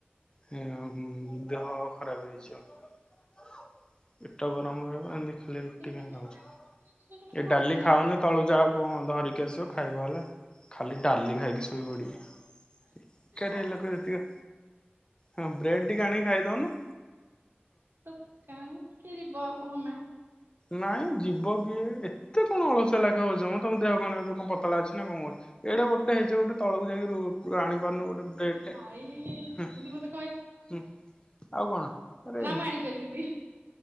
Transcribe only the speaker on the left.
ହୁଁ ମ ଦେହ ଖରାପ ହେଇଯିବ। <inaudible> ପେଟ ଗରମ୍ ରହିବ ଏମିତି ଖାଲି ରୁଟି କାଇଁ
ଖାଉଚ
ଏ
ଡାଲି
ଖାଅନି
ତଳୁ ଯାଅ କଣ ଧରିକି ଆସିବ ଖାଇବ ହେଲା ଖାଲି ଡାଲି ଖାଇକି ଶୋଇ ପଡ଼ିବି ବେକାରିଆ
ଲୋକ ଯେତିକ ହଁ ବ୍ରେଡ ଟିକେ ଆଣି ଖାଇକି ଦଉନୁ।
ନାଇଁ
ଯିବ କିଏ ଏ ଏତେ କଣ ଅଳସୁଆ ଲେଖେ ହଉଛ ମ ତମ ଦେହ କଣ ଏତେ ପତଳା ଅଛି ନା କଣଅଛି। ଏଡ଼େ ମୋଟା ହେଇଚ ଗୋଟେ ତଳକୁ ଯାଇକି ରୋ ତୁ ଆଣି ପାରୁନୁ ଗୋଟେ ବ୍ରେଡ଼୍ ଟେ
ହୁଁ
ହୁଁ ଆଉ କଣ। ଆରେ